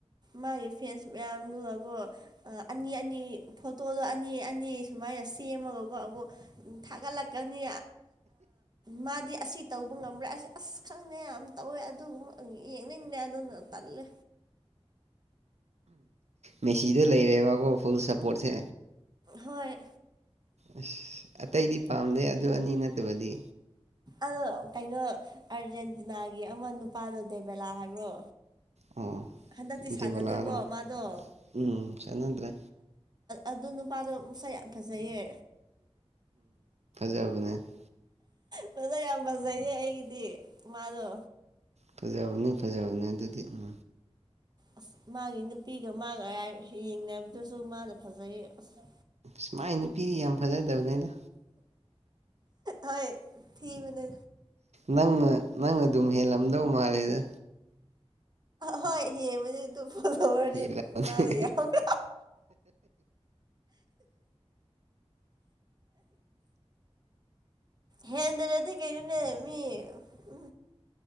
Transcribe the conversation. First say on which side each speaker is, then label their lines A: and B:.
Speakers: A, on the right (about 40°); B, on the right (about 85°).
A: ꯃꯥꯒꯤ ꯐ꯭ꯔꯦꯟꯁ ꯃꯌꯥꯝꯗꯨꯒ ꯀꯣ ꯑꯅꯤ ꯑꯅꯤ ꯐꯣꯇꯣꯗꯣ ꯑꯅꯤ ꯑꯅꯤ ꯁꯨꯃꯥꯏꯅ ꯁꯦꯝꯃꯒꯀꯣ ꯑꯃꯨꯛ ꯊꯥꯒꯠꯂꯛꯀꯅꯤ ꯃꯥꯗꯤ ꯑꯁꯤ ꯇꯧꯕ ꯉꯝꯕ꯭ꯔꯥ ꯑꯁ ꯑꯁ ꯈꯪꯗꯦ ꯌꯥꯝ ꯇꯧꯋꯦ ꯑꯗꯨꯒꯨꯝꯕ ꯌꯦꯡꯅꯤꯡꯗꯦ ꯑꯗꯨꯅ ꯇꯜꯂꯦ
B: ꯃꯦꯁꯤꯗꯣ ꯂꯥꯏꯔꯦꯕ ꯀꯣ ꯐꯨꯜ ꯁꯄꯣꯠ ꯁꯦ
A: ꯍꯣꯏ
B: ꯑꯁ ꯑꯇꯩꯗꯤ ꯄꯥꯝꯗꯦ ꯑꯗꯨ ꯑꯅꯤ ꯅꯠꯇꯕꯗꯤ
A: ꯑꯗꯣ ꯀꯩꯅꯣ ꯑꯥꯔꯖꯦꯟꯇꯤꯅꯥꯒꯤ ꯑꯃ ꯅꯨꯄꯥꯗꯣ ꯗꯦꯕꯦꯂꯥ ꯍꯥꯏꯕ꯭ꯔꯣ
B: ꯑꯣ
A: ꯍꯟꯗꯛꯇꯤ ꯁꯥꯟꯅꯗꯦꯀꯣ
B: ꯗꯤꯕꯂꯥꯔꯣ
A: ꯃꯥꯗꯣ
B: ꯎꯝ ꯆꯥꯟꯅꯗ꯭ꯔꯦ
A: ꯑꯗꯨ ꯅꯨꯄꯥꯗꯣ ꯃꯁꯥ ꯌꯥꯝ ꯐꯖꯩꯌꯦ
B: ꯕꯅꯦ <inaudible>
A: ꯃꯁꯥꯛ ꯌꯥꯝ ꯐꯖꯩꯌꯦ ꯑꯩꯒꯤꯗꯤ ꯃꯥꯗꯣ
B: ꯐꯖꯕꯅꯤ ꯐꯖꯕꯅꯦ ꯑꯗꯨꯗꯤ ꯎꯝ
A: ꯑꯁ ꯃꯥꯒꯤ ꯅꯨꯄꯤꯒ ꯃꯥꯒ ꯌꯦꯡꯅꯕꯗꯨꯁꯨ ꯃꯥꯅ ꯐꯖꯩ ꯑꯁ
B: ꯁꯨꯃꯥꯏ ꯅꯨꯄꯤꯗꯤ ꯌꯥꯝ ꯐꯖꯗꯕꯅꯦꯗ
A: ꯍꯣꯏ ꯊꯤꯕꯅꯦ
B: ꯅꯪꯅ ꯅꯪꯅ ꯑꯗꯨꯝ ꯍꯦꯜꯂꯝꯗꯧ ꯃꯥꯜꯂꯦꯗ
A: ꯍꯣꯏ ꯍꯦꯟꯕꯗꯤ ꯑꯗꯨꯝ ꯐꯣꯂꯣꯋꯥꯔ
B: ꯍꯦꯜꯂꯝꯃꯗꯤ
A: ꯗꯤ ꯃꯅꯥ ꯌꯝꯃꯦ ꯍꯦꯟꯗꯅꯗꯤ ꯀꯩꯅꯣꯅꯦ ꯃꯤ ꯎ